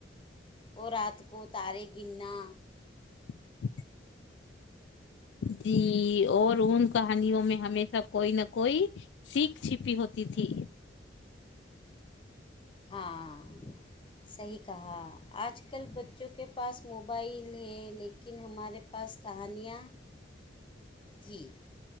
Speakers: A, on the left; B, on the left.
A: اور رات کو تارے گننا
B: <inaudible> جی اور ان کہانیوں میں ہمیشہ کوئی نہ کوئی سیککھ چھپی ہوتی تھی
A: ہاں صحیح کہا آج آج کل بچوں کے پاس موبائل ہے لیکن ہمارے پاس کہانیاں تھھییں